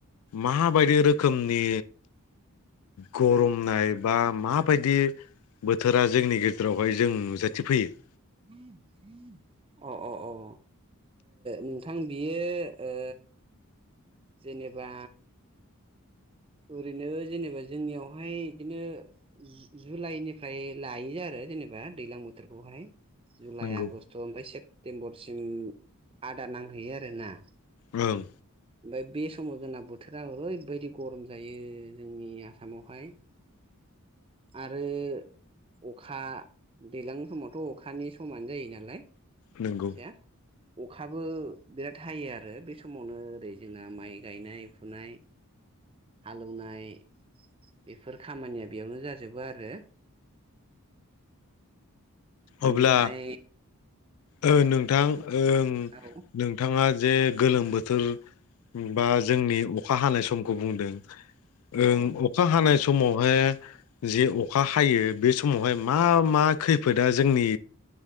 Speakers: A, on the left (about 75°); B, on the right (about 25°).
A: माबायदि रोखोमनि गरमनाय बा माबायदि बोथोरा जोंनि गेजेरावहाय जों नुजाथिफैयो।
B: अह। अ अ ओ नोंथां बियो ओ जेनेबा ओरैनो जेनेबा जोंनियावहाय इदिनो जु-जुलाइनिफ्राय लायो आरो जेनेबा दैलां बोथोरखौहाय जुलाइ
A: नंगौ
B: आगस्ट ओमफाय सेप्तेमबरसिम आदा नांहैयो आरोना।
A: ओं।
B: ओमफाय बे समाव जोंना बोथोरा ओरैबायदि गरम जायो जोंनि आसामावहाय आरो अखा दैलां समावथ' अखानि समानो जायो नालाय।
A: नंगौ
B: हसेया अखाबो बिराद हायो आरो बे समावनो ओरै जोंना माइ गायनाय-फुनाय, हालौवनाय बेफोर खामानिया बेयावनो जाजोबो आरो। बेनिफ्राय
A: अब्ला ओ नोंथां ओं नों
B: औ
A: नोंथाङा जे गोलोम बोथोर बा जोंनि अखा हानाय समखौ बुंदों ओं
B: औ
A: अ अखा हानाय समावहाय जे अखा हायो बे समावहाय मा मा खैफोद दा जोंनि